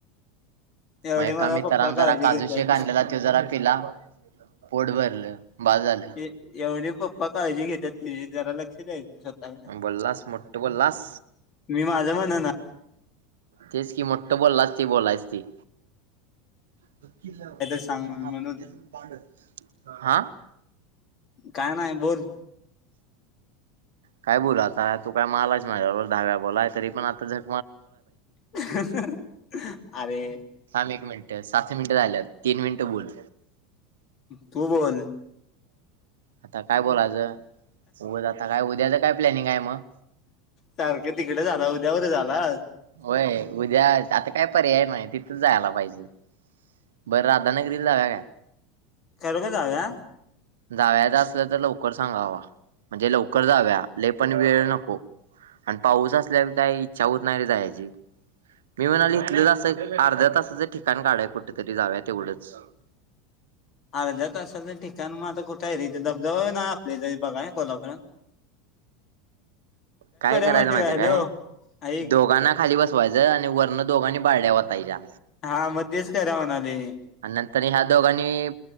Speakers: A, on the left (about 35°); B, on the right (about 65°).
A: एवढी
B: मग एका
A: मला
B: मित्रान
A: पप्पा
B: जरा
A: काळजी
B: काजूशेक
A: घेतात
B: आणलेला. तो जरा पिला. पोट भरलं. बास झालं.
A: एवढी पप्पा काळजी घेतात. तिजी जरा लक्षात द्यायचं. स्वतःकडे
B: बोललास! मोठं बोललास!
A: मी माझं म्हणन
B: तेच की, मोठं बोललाच ते बोलायच ते! <unintelligible>
A: काय तर सांग म्हणून म्हणून
B: हा,
A: काय नाही बोल,
B: काय बोलू आता, तू काय मालास माझ्या बरोबर दहा वेळा बोलाय तरी पण आता झ
A: <unintelligible> अरे
B: थांब, एक मिनिटं, सात मिनिटं झाल्यात. तीन मिनिटं बोल.
A: तू बोल
B: आता काय बोलायचं <inaudible> उद आता काय उद्याचं काय प्लॅनिंग आहे मग,
A: सारखे तिकडे झाला उद्यावर झाला.
B: होय उद्या आता काय पर्याय नाही तिथंच जायला पाहिजे बरं राधाान <inaudible> गरीील <inaudible> ला काय?
A: चल ग जाऊया
B: जाव्याच असलं तर लवकर सांगावा म्हणजे लवकर जाव्या ले पण वेळ नको, आणि पाऊस असल्यावर काही इच्छा होत नाही रे जायची. मी म्हणाले इथलं जसं अर्ध्या तासाचं ठिकाण काढाय कुठेतरी जाव्यात तेवढंच,
A: अर्धा तासाच ठिकाण मग आता कुठे आहे <inaudible> रिथे धबधबा नाही आपले जरी बघा कोल्हापुयात.
B: काय करायचं
A: माहितीये
B: माहिती
A: का हॅलो
B: काय
A: ऐक
B: दोघांना खाली बसवायचं आणि वरण दोघांनी बारड्या वतायच्या.
A: हा मग तेच करा म्हणाले.
B: <inaudible> आणि नंतर ह्या दोघांनी